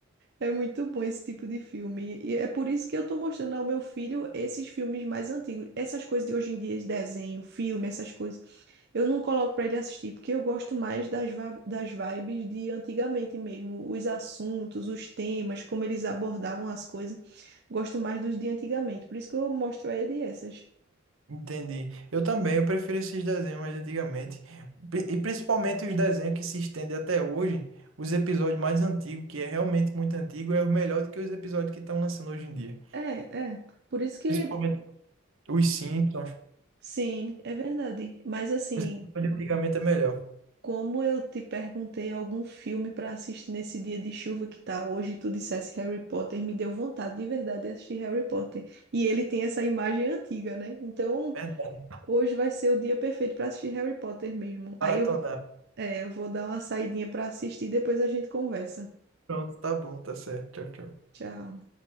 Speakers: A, on the right; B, on the right.
A: É muito bom esse tipo de filme. E é por isso que eu tô mostrando ao meu filho esses filmes mais antigos. Essas coisas de hoje em dia, de desenho, filme, essas coisas. Eu não coloco pra ele assistir, porque eu gosto mais das, va- das vibes de antigamente mesmo. Os assuntos, os temas, como eles abordavam as coisas. Gosto mais dos de antigamente. Por isso que eu mostro a ele essas.
B: Entendi. Eu também, eu prefiro esses desenhos mais de antigamente. Pri- E principalmente os desenhos que se estendem até hoje, os episódios mais antigos, que é realmente muito antigo, é o melhor do que os episódios que estão lançando hoje em dia.
A: É, é. Por isso que.
B: Principalmente os Simpsons.
A: Sim, é verdade. Mas assim,
B: Os episódios de antigamente é melhor.
A: Como eu te perguntei algum filme para assistir nesse dia de chuva que tá hoje, e tu dissesse Harry Potter, me deu vontade de verdade de assistir Harry Potter. E ele tem essa imagem antiga, né? Então,
B: Verdade.
A: hoje vai ser o dia perfeito para assistir Harry Potter mesmo. Aí
B: Maratona.
A: eu, é, eu vou dar uma saidinha para assistir e depois a gente conversa.
B: Pronto, tá bom, tá certo. Tchau, tchau.
A: Tchau.